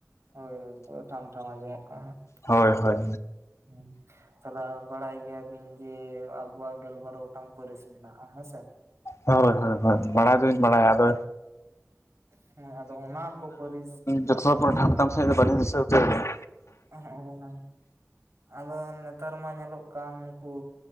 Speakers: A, on the right; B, on the left.
A: ᱦᱳᱭ ᱦᱳᱭ ᱱᱤᱛᱳᱜ ᱫᱚ ᱴᱷᱟᱢ ᱴᱷᱟᱢ ᱟᱸᱡᱚᱢᱚᱜ ᱠᱟᱱᱟ ᱦᱟᱸᱜ
B: ᱦᱳᱭ ᱦᱳᱭ
A: ᱦᱩᱸ ᱛᱟᱦᱚᱞᱮ ᱵᱟᱲᱟᱭ ᱜᱮᱭᱟᱵᱤᱱ ᱡᱮ ᱟᱵᱚᱣᱟᱜ ᱜᱮᱞᱵᱟᱨ ᱜᱚᱴᱟᱝ ᱯᱟᱹᱨᱤᱥ ᱢᱮᱱᱟᱜᱼᱟ ᱦᱮᱸᱥᱮ
B: ᱦᱳᱭ ᱦᱳᱭ ᱦᱳᱭ ᱵᱟᱲᱟᱭ ᱫᱚᱞᱤᱧ ᱵᱟᱲᱟᱭᱟ ᱟᱫᱚ
A: ᱦᱮᱸ ᱟᱫᱚ ᱚᱱᱟ ᱠᱚ ᱯᱟᱹᱨᱤᱥ
B: <unintelligible> ᱯᱚᱨᱮ ᱴᱷᱟᱢ ᱥᱟᱦᱤᱡ ᱫᱚ ᱵᱟᱞᱤᱧ ᱫᱤᱥᱟᱩᱪᱟᱹᱭᱮᱫᱟ᱾
A: <unintelligible> ᱟᱫᱚ ᱱᱮᱛᱟᱨ ᱢᱟ ᱧᱮᱞᱚᱜ ᱠᱟᱱ ᱱᱩᱠᱩ